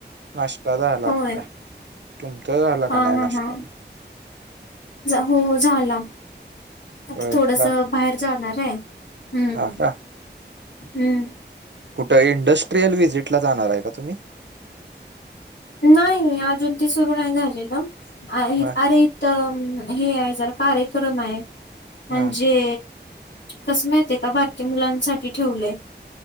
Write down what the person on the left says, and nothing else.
होय
हा
हा
हा हो झाला, आता
थोडस
बाहेर जाणारेय, हम्म
हम्म.
नाइ अजून ते सुरू नाइ झालेल. आ
अरे त म हे आहे जरा कार्यक्रम आहे.
मणजे कस माहितीय का बारक्या मुलांसाठी ठेवलय.